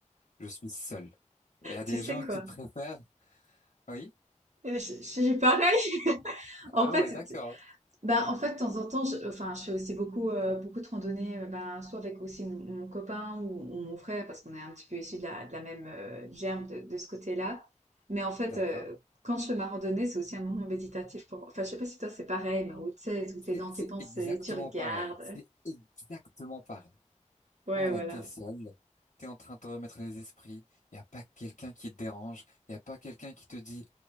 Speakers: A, on the left; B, on the right.
A: je suis seul. Il y a des
B: Tu sais
A: gens
B: quoi?
A: qui préfèrent, oui?
B: Je, je suis pareil. <laughs> En
A: Ah
B: fait,
A: ouais, d'accord.
B: c'est- ben, en fait, de temps en temps, je, enfin, je fais aussi beaucoup, euh, beaucoup de randonnées, euh, ben, soit avec aussi mon, mon copain ou, ou mon frère, parce qu'on est un petit peu issus de la, de la même euh, germe de, de ce côté-là. Mais en fait,
A: D'accord.
B: euh, quand je fais ma randonnée, c'est aussi un moment méditatif pour. Enfin, je sais pas si toi c'est pareil, mais où tu sais, où
A: C'est
B: t'es dans
A: c'est
B: tes pensées,
A: exactement
B: tu regardes.
A: pareil. C'est exactement pareil.
B: Ouais,
A: Voilà,
B: voilà.
A: t'es seul, t'es en train de te remettre les esprits, il n'y a pas quelqu'un qui te dérange, il n'y a pas quelqu'un qui te dit,